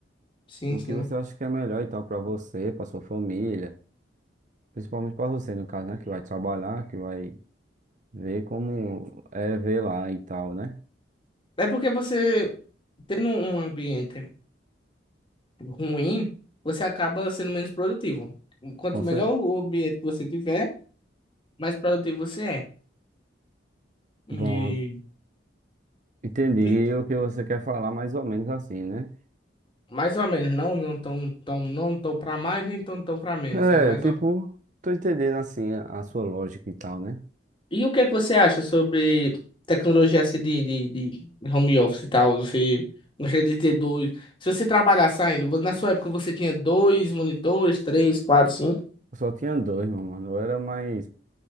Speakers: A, on the left; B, on the right.
A: sim,
B: No
A: sim.
B: que você acha que é melhor e tal pra você, pra sua família, principalmente pra você no caso, né? Que vai trabalhar, que vai ver como é ver lá e tal, né?
A: É porque você, tendo um ambiente ruim, você acaba sendo menos produtivo. Quanto
B: Com
A: melhor
B: cer-
A: o ambiente que você tiver, mais produtivo você é. E
B: Bom, entendi
A: e
B: o que você quer falar mais ou menos assim, né?
A: mais ou menos, não, não tão, tão, não tão para mais, nem tão, tão para menos,
B: É,
A: é mais
B: tipo,
A: ou menos.
B: tô entendendo assim a a sua lógica e tal, né?
A: E o que é que você acha sobre tecnologia assim, de, de, de home office e tal? Você gostaria de ter dois? Se você trabalhar saindo, vo- na sua época você tinha dois monitores, três, quatro, cinco?
B: Eu só tinha dois, meu mano. Eu era mais